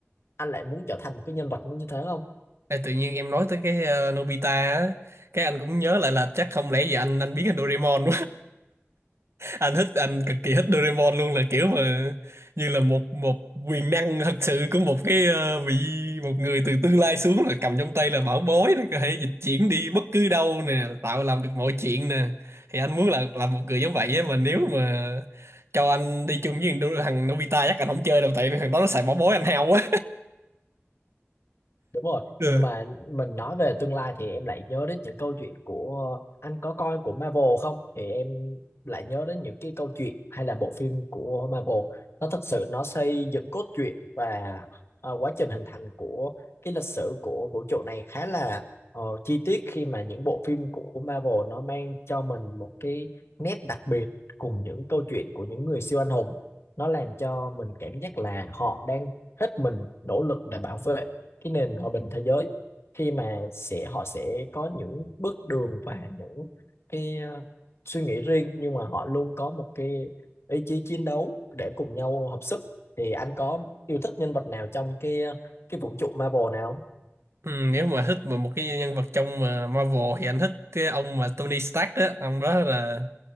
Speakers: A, on the left; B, on the right.
A: anh lại muốn trở thành một cái nhân vật như thế không
B: Ê, tự nhiên em nói tới cái ờ, Nobita á cái anh cũng nhớ lại là chắc không lẽ giờ anh anh biến thành Doraemon anh thích anh cực kỳ thích Doraemon luôn là kiểu mà như là một một quyền năng thật sự của một cái ờ, vị một người từ tương lai xuống là cầm trong tay là bảo bối nó có thể dịch chuyển đi bất cứ đâu nè tạo làm được mọi chuyện nè thì anh muốn là làm một người giống vậy á mà nếu mà cho anh đi chung với thằng Dora- thằng Nobita chắc anh không chơi đâu tại vì thằng đó nó xài bảo bối anh hao quá
A: Đúng rồi,
B: ừ.
A: nhưng mà mình nói về tương lai thì em lại nhớ đến những câu chuyện của anh có coi của Marvel không? Thì em lại nhớ đến những cái câu chuyện hay là bộ phim của Marvel. Nó thật sự nó xây dựng cốt truyện và ờ, quá trình hình thành của cái lịch sử của vũ trụ này khá là ờ, chi tiết khi mà những bộ phim của Marvel nó mang cho mình một cái nét đặc biệt cùng những câu chuyện của những người siêu anh hùng. Nó làm cho mình cảm giác là họ đang hết mình nỗ lực để bảo vệ cái nền hòa bình thế giới khi mà sẽ họ sẽ có những bước đường và những cái ờ, suy nghĩ riêng nhưng mà họ luôn có một cái ý chí chiến đấu để cùng nhau hợp sức thì anh có yêu thích nhân vật nào trong cái ờ, cái vũ trụ Marvel nào không?
B: Ừ, nếu mà thích mà một cái nhân vật trong mà Marvel thì anh thích cái ông mà Tony Stark á ông đó là